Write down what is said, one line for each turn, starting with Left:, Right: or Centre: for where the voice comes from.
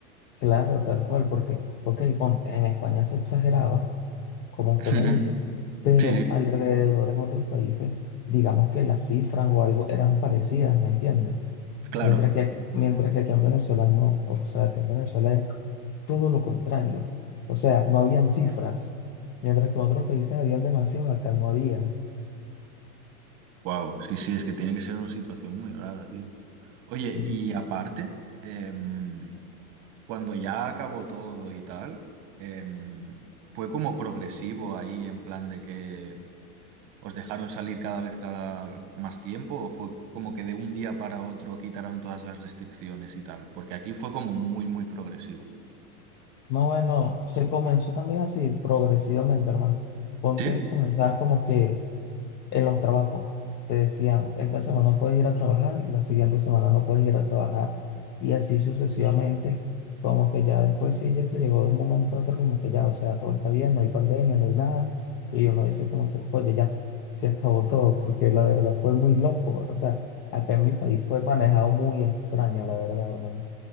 Left: Claro, tal cual, porque, ok, ponte, en España se exageraba, como usted
Right: Ujú.
Left: me dice, pero
Right: Sí, sí.
Left: alrededor en otros países, digamos que las cifras o algo eran parecidas, ¿me entiendes?
Right: Claro.
Left: Mientras que, ac- mientras que aquí en Venezuela no, o sea, que en Venezuela todo lo contrario. O sea, no habían cifras, mientras que en otros países habían demasiado, acá no había.
Right: Wow, sí, sí, es que tiene que ser una situación muy rara, tío. Oye,
Left: Sí.
Right: y aparte, em, cuando ya acabó todo y tal, em, fue como progresivo ahí en plan de que ¿Os dejaron salir cada vez cada más tiempo o fue como que de un día para otro quitaron todas las restricciones y tal? Porque aquí fue como muy, muy progresivo.
Left: No, bueno, se comenzó también así progresivamente, hermano. Ponte,
Right: ¿Sí?
Left: comenzabas como que en los trabajos. Te decían, esta semana puedes ir a trabajar, la siguiente semana no puedes ir a trabajar. Y así sucesivamente, como que ya después sí, ya se llegó de un momento a otro, como que ya, o sea, todo está bien, no hay pandemia, no hay nada. Y uno dice como que, oye, ya, se acabó todo, porque la verdad fue muy loco. O sea, acá en mi país fue manejado muy extraño, la verdad, hermano.